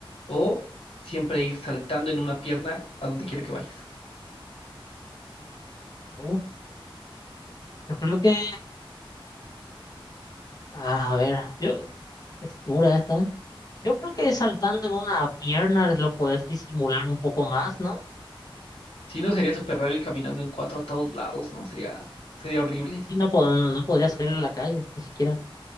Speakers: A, on the left (about 80°); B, on the left (about 40°).
A: o siempre ir saltando en una pierna a donde quiera que vayas.
B: uf, yo creo que, a ver, yo, es dura esta, ¿eh? Yo creo que saltando en una pierna lo podés disimular un poco más, ¿no?
A: Si no, sería súper raro ir caminando en cuatro a todos lados, ¿no? Sería, sería horrible.
B: Sí, no, pod- no, no podría salir a la calle, ni siquiera.